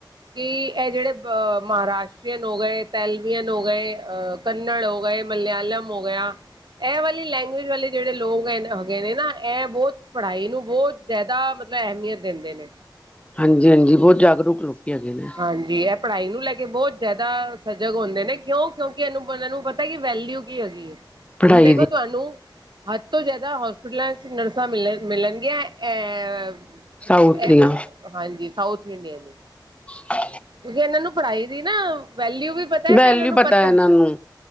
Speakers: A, on the right; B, on the left.
A: ਕਿ ਇਹ ਜੇੜੇ ਅ ਮਹਾਰਾਸ਼ਟਰੀਅਨ ਹੋ ਗਏ, ਤੇਲਵਅਨ ਹੋ ਗਏ, ਅ ਕੰਨੜ ਹੋ ਕੋਈ, ਮਲਿਆਲਮ ਹੋ ਗਿਆ ਇਹ ਵਾਲੀ ਲੈਂਗੁਏਜ ਵਾਲੇ ਜਿਹੜੇ ਲੋਕ ਹੈ ਨੇ ਹੈਗੇ ਨੇ ਨਾ ਇਹ ਬਹੁਤ ਪੜ੍ਹਾਈ ਨੂੰ ਬਹੁਤ ਜ਼ਿਆਦਾ ਮਤਲਬ ਅਹਿਮੀਅਤ ਦਿੰਦੇ ਨੇ
B: ਹਾਂਜੀ, ਹਾਂਜੀ ਬਹੁਤ ਜਾਗਰੂਕ ਲੋਕੀਂ ਹੈਗੇ ਨੇ
A: ਹਾਂਜੀ ਇਹ ਪੜ੍ਹਾਈ ਨੂੰ ਲੈ ਕੇ ਬਹੁਤ ਜ਼ਿਆਦਾ ਸਜਗਕ ਹੁੰਦੇ ਨੇ ਕਿਉਂ ਕਿਉਂਕਿ ਇਹਨੂੰ ਪੜ੍ਹਣ ਪਤਾ ਸਹੀ ਵੈਲਿਊ ਕੀ ਹੈਗੀ ਏ
B: ਪੜ੍ਹਾਈ
A: ਹੁਣ ਦੇਖੋ
B: ਦੀ
A: ਤੁਹਾਨੂੰ ਹੱਦ ਤੋਂ ਜਿਆਦਾ ਹੋਸਪਿਟਲਾਂ ਚ ਨਰਸਾਂ ਮਿਲਣ ਮਿਲਣਗੀਆਂ ਅ ਅ
B: ਸਾਊਥ
A: ਇਹ
B: ਦੀਆਂ
A: ਫਿਰ ਹਾਂਜੀ ਸਾਊਥ ਇੰਡੀਅਨ
B: ਟਾ
A: ਕਿਉਂਕਿ ਇਹਨਾਂ ਨੂੰ ਪੜ੍ਹਾਈ ਦੀ ਨਾ ਵੈਲਿਊ ਵੀ ਪਤਾ ਹੈ
B: ਵੈਲਿਊ
A: ਤੇ ਇਹਨਾਂ ਨੂੰ ਪਤਾ
B: ਹੈ ਇਹਨਾਂ ਨੂੰ